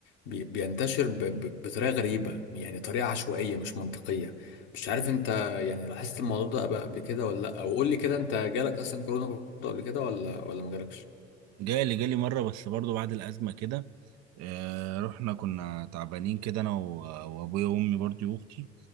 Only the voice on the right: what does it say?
جالي جالي مرة بس برضو بعد الأزمة كده آه، رحنا كنا تعبانين كده أنا و- وأبويا وأمي برضو وأختي